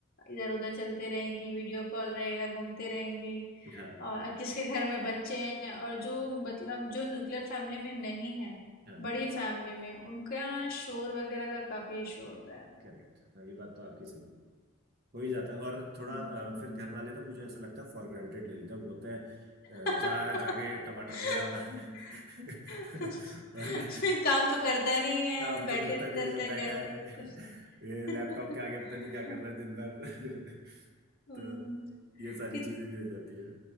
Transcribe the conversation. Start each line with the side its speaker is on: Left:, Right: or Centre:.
Left: इधर उधर चलते रहेंगी वीडियो कॉल रहेगा घूमते रहेंगी
Right: हाँ
Left: और किसके घर में बच्चे हैं और जो मतलब जो न्यूक्लियर फैमिली में नहीं है
Right: हाँ
Left: बड़ी फैमिली में उनका शोर वगैरह का काफी इशू होता है
Right: करेक्ट हाँ ये बात तो आपकी सही है हो ही जाता है और थोड़ा
Left: हम्म
Right: अ, फिर घर वाले ना मुझे ऐसा लगता है फॉर ग्रांटेड ले लेते हैं वो बोलते हैं
Left: <laughs>
Right: अ, जा जाके टमाटर ले आ <laughs> और
Left: काम तो करता नहीं है
Right: काम
Left: बैठे
Right: तो करता नहीं
Left: रहता
Right: है
Left: है
Right: बैठा
Left: घर
Right: है
Left: पे कुछ
Right: ये लैपटॉप
Left: <laughs>
Right: के
Left: हम्म,
Right: आगे पता नहीं क्या कर रहा है दिन भर <laughs>
Left: हम्म।
Right: तो ये सारी
Left: कि
Right: चीजें भी हो जाती है